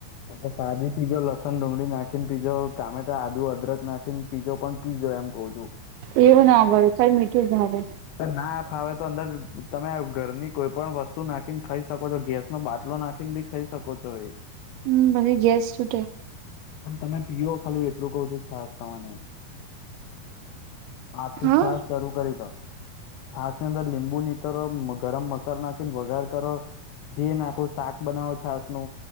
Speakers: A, on the left; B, on the right.
A: હમ. હ સાદી પીજો લસણ ડુંગળી નાખીને પીઝો ટામેટા આદુ અદરક નાખીને પીજો પણ પીજો એમ કઉ છું.
B: એવું નાભાઈ કઈ મીઠું જ ભાવે.
A: અ ના ફાવે તો અંદર તમે ઘરની કોઈ પણ વસ્તુ નાખીને ખાઈ શકો છો ગેસ બાટલો નાખીને બી ખાઈ શકો છો એ.
B: હ ભછી ગેસ છૂટે.
A: પણ તમે પીઓ ખાલી એટલું કવ છો સાહેબ તમાને. આથી
B: હા
A: છ શરૂ કરી દો છાસ ની અંદર લીંબુ નીતરો ગરમ મસાલો નાખીને વગાર કરો. જે નાખો શાક બનાવો છાસ નુ.